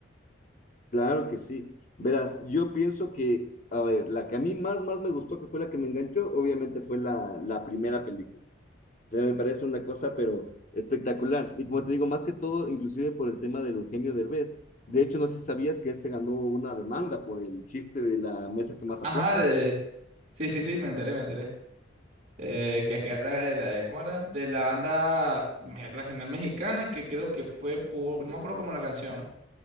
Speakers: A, on the left; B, on the right.
A: Claro que sí. Verás, yo pienso que, a ver, la que a mí más, más me gustó, que fue la que me enganchó, obviamente fue la, la primera película. O sea, me parece una cosa, pero espectacular. Y
B: Ujú.
A: como te digo, más que todo, inclusive por el tema del Eugenio Derbez. De hecho, no sé si sabías que él se ganó una demanda por el chiste de la mesa que más
B: Ajá,
A: aplaude.
B: de... Sí, sí, sí, me enteré, me enteré. Eh, que era de la, de ¿cómo era? De la banda me- regional mexicana que creo que fue por... No me acuerdo cómo la canción.